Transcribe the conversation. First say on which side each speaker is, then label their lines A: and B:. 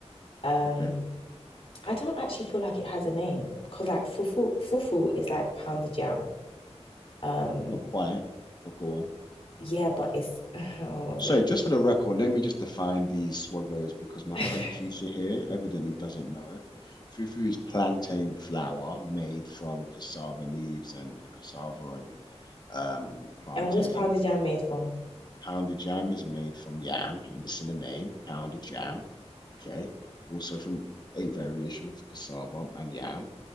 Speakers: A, on the left; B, on the left.
A: Um,
B: Okay.
A: I don't actually feel like it has a name because like fufu fufu is like pounded jam. Um,
B: Not quite, but go on.
A: yeah, but it's <laughs> oh my
B: So,
A: God.
B: just for the record, let me just define these swallows because my
A: <laughs>
B: friend Keisha here evidently doesn't know. Fufu is plantain flour made from cassava leaves and cassava and um, plantain.
A: And what's pounded yam made from?
B: Pounded jam is made from yam, and it's in the name, pounded jam. Okay. Also from a variation of cassava and yam.